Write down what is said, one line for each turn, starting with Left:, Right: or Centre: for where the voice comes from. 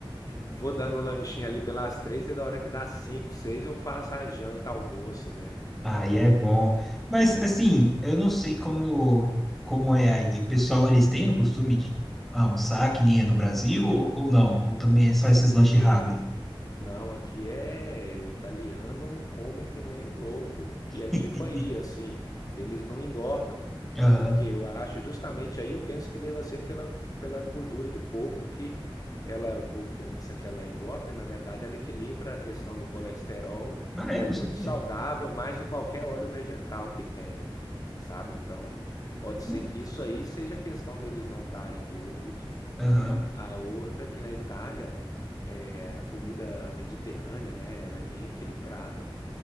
Left: Vou dando um lanchinho ali pelas três e da hora que dá cinco, seis eu faço a janta, almoço, né?
Centre: aí é bom. Mas, assim, eu não sei como, como é aí. O pessoal, eles têm o costume de almoçar que nem é no Brasil ou, ou não? Ou também é só
Left: Sim.
Centre: esses lanches rápidos?
Left: Não, aqui é o italiano come que nem o louco e é
Centre: <laughs>
Left: tipo aí, assim, eles não engordam.
Centre: Aham.
Left: Porque eu acho justamente aí eu penso que deva ser pela, pela gordura de porco que ela o povo pensa que ela engorda e na verdade ela equilibra a questão do colesterol
Centre: Ah, é?
Left: e é
Centre: Não
Left: muito
Centre: sabia.
Left: saudável mais do que qualquer óleo vegetal que tenha, sabe? Então, pode
Centre: Hum.
Left: ser que isso aí seja a questão deles não estarem gordos,
Centre: Aham.
Left: né? A outra que na Itália é, a comida mediterrânea, né, ela é bem equilibrada,